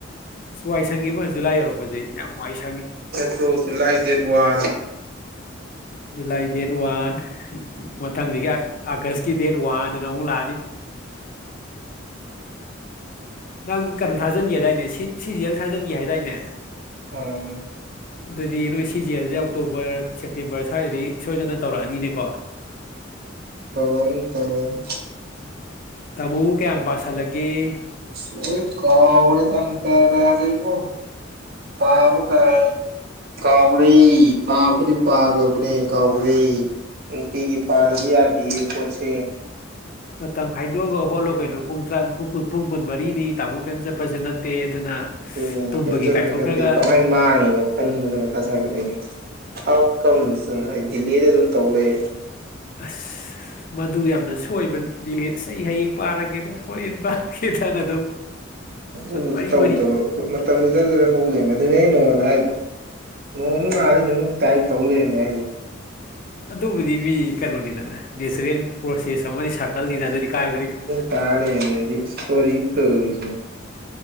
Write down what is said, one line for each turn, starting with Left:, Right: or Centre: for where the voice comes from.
Left: ꯋꯥꯏ ꯁꯪꯏꯕꯨ ꯖꯨꯂꯥꯏ ꯌꯧꯔꯛꯄꯗꯩ ꯌꯥꯝ ꯋꯥꯏ ꯁꯪꯉꯤ
Right: <inaudible> July date one
Left: July date one ꯃꯊꯪꯗꯒꯤ ꯑꯥꯒꯁꯀꯤ ꯗꯦꯠ ꯋꯥꯟꯅꯅ ꯑꯃꯨꯛ ꯂꯥꯛꯑꯅꯤ ꯅꯪ ꯀꯦꯅꯣ ꯊꯥꯖꯤꯟꯒꯦꯗꯥꯏꯅꯦ ꯁꯤ ꯁꯤ ꯖꯤ ꯌꯦꯜ ꯊꯥꯖꯟꯒꯤ ꯍꯥꯏꯗꯥꯏꯅꯦ
Right: ꯑꯥ
Left: ꯗꯨꯏꯗꯤ ꯅꯣꯏ ꯁꯤ ꯖꯤ ꯖꯦꯜꯖꯦ ꯑꯣꯛꯇꯣꯕꯔ ꯁꯦꯞꯇꯦꯝꯕꯔ ꯁ꯭ꯋꯥꯏꯗꯗꯤ ꯁꯣꯏꯗꯅ ꯇꯧꯔꯛꯑꯅꯤꯅꯦꯀꯣ
Right: ꯇꯧꯔꯛꯑꯅꯤ ꯇꯧꯔꯛꯑꯅꯤ
Left: ꯇꯥꯃꯣꯕꯨ ꯀꯌꯥꯝ ꯄꯁꯤꯜꯂꯒꯦ
Right: ꯂꯣꯏ ꯀꯋꯥꯔꯗ ꯇꯪ ꯇꯥꯔꯥꯒꯤ ꯃꯨꯛ ꯄꯥꯕ ꯀ ꯀꯥꯎꯔꯦ ꯄꯥꯕꯗꯤ ꯄꯥꯒ꯭ꯔꯥ ꯕꯥꯅꯦ ꯀꯧꯈ꯭ꯔꯦ ꯅꯨꯡꯇꯤꯒꯤ ꯄꯥꯗ꯭ꯔꯦꯗꯤ ꯌꯥꯗꯦꯌꯦ ꯄꯣꯠꯁꯦ
Left: ꯃꯇꯝ ꯈꯥꯏꯗꯣꯛꯑꯒ ꯍꯣꯠꯂꯣ ꯀꯩꯅꯣ ꯄꯨꯡ ꯇ꯭ꯔꯟ ꯄꯨꯡ ꯀꯨꯟ ꯄꯨꯡ ꯀꯨꯟ ꯃꯔꯤꯅꯤ ꯇꯥꯃꯣ ꯀꯦꯑꯦꯝ ꯆꯠꯄꯁꯨ ꯅꯠꯇꯦ ꯑꯗꯨꯅ
Right: ꯗꯨꯅꯦ
Left: ꯇꯨꯝꯕꯒꯤ
Right: ꯀꯦꯑꯦꯝ ꯆꯠꯄ
Left: ꯀꯥꯏꯊꯣꯛꯈ꯭ꯔꯒ
Right: ꯅꯠꯇꯦ ꯀꯃꯥꯏꯅ ꯃꯥꯡꯉꯤꯅꯣ ꯈꯟꯕꯗ ꯃꯊꯥ ꯁꯥꯒ ꯂꯩꯔ ꯍꯥꯎ ꯀꯝꯁ ꯁꯅ ꯗꯤꯜꯂꯤꯗ ꯑꯗꯨꯝ ꯇꯧ ꯂꯩꯔꯦ
Left: ꯑꯁ ꯃꯗꯨ ꯌꯥꯝꯅ ꯁꯣꯏꯕꯅꯤ ꯗꯤꯂꯤꯠ ꯑꯩ ꯍꯌꯦꯡ ꯄꯥꯔꯒꯦꯗ ꯍꯣꯔꯦꯟ ꯄꯥꯔꯒꯦꯗꯅ ꯑꯗꯨꯝ
Right: ꯑꯗꯨꯕꯨꯗꯤ
Left: ꯃꯔꯤ
Right: ꯇꯧꯗꯕ
Left: ꯃꯔꯤ
Right: ꯑꯗꯨ ꯃꯇꯝꯗꯨ ꯖꯔꯥ ꯖꯔꯥ ꯍꯧ ꯂꯩꯔꯦꯝꯃꯦ ꯑꯗꯨꯅꯦ ꯑꯩ ꯅꯉꯣꯟꯗ ꯍꯥꯏꯗꯣ ꯅꯣꯡꯃꯨꯛ ꯉꯥꯜꯑꯦ ꯅꯨꯃꯤꯠ ꯃꯨꯛꯇꯥꯏ ꯑꯩ ꯇꯧ ꯂꯩꯔꯦꯝꯃꯦ ꯍꯥꯏꯖꯦ
Left: ꯑꯗꯨꯕꯨꯗꯤ ꯃꯤ ꯀꯩꯅꯣꯅꯤꯗꯅ ꯅꯦꯆꯥꯔꯦꯜ ꯄ꯭ꯔꯣꯁꯦꯁ ꯑꯃꯅꯤ ꯁꯥꯔꯀꯜꯅꯤꯗ ꯑꯗꯨꯗꯤ ꯀꯥꯏꯕꯗꯤ ꯀꯥꯏ
Right: ꯇ ꯂꯩꯔꯝꯃꯦꯗꯤ ꯏꯁ ꯀꯣꯔꯤꯅꯣ ꯇꯧꯔꯤꯖꯤꯅꯤ